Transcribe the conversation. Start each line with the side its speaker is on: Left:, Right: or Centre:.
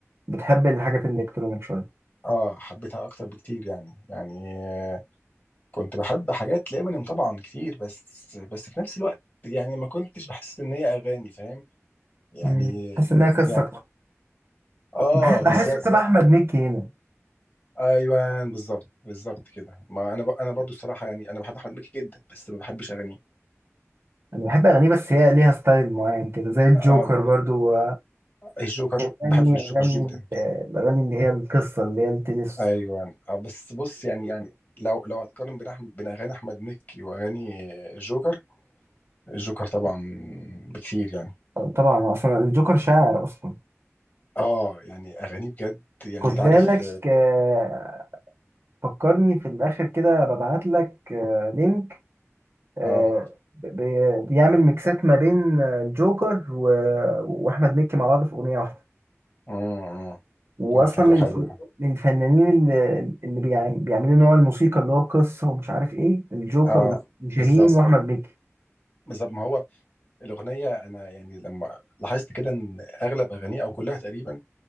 Right: بتحب الحاجات الالكترونيك شويه
Left: اه حبيتها اكتر بكتير يعني يعني آه، كنت بحب حاجات لإمينيم طبعا كتير بس بس في نفس الوقت يعني ما كنتش بحس ان هي اغاني فاهم يعني
Right: مم. بحس انها قصه
Left: يعني
Right: أكتر.
Left: اه
Right: بح- بحس
Left: بالظبط
Right: مثلا احمد مكي هنا
Left: ايوه بالظبط بالظبط كده ما انا ب... انا برضو الصراحه يعني انا بحب احمد مكي جدا بس ما بحبش اغانيه
Right: انا بحب اغانيه بس هي ليها ستايل معين كده زي الجوكر
Left: آه
Right: برضو
Left: الجوكر
Right: اغاني
Left: بحب الجوكر
Right: اغاني
Left: جدا
Right: الاغاني اللي هي القصه اللي هي التنس
Left: ايوه آه، بس بص يعني يعني لو لو هتقارن بين أحمد بين اغاني احمد مكي واغاني الجوكر الجوكر طبعا بكتير يعني
Right: طبعا اصلا الجوكر شاعر اصلا
Left: اه يعني اغاني بجد يعني
Right: خد
Left: انت
Right: بالك
Left: عارف
Right: آه، فكرني في الاخر كده ببعت لك آه، لينك آه،
Left: اه
Right: ب- بيعمل ميكسات ما بين آه، الجوكر و- واحمد مكي مع بعض في اغنيه واحده
Left: امم
Right: واصلا
Left: ممكن تبقى
Right: من
Left: حلوه دي
Right: من الفنانين اللي, اللي بيعم- بيعملوا نوع الموسيقى اللي هو قصه ومش عارف ايه الجوكر
Left: اه
Right: وشاهين
Left: بالظبط
Right: بالظبط واحمد مكي
Left: بالظبط ما هو الاغنيه انا يعني لما لاحظت كده ان اغلب اغانيه او كلها تقريبا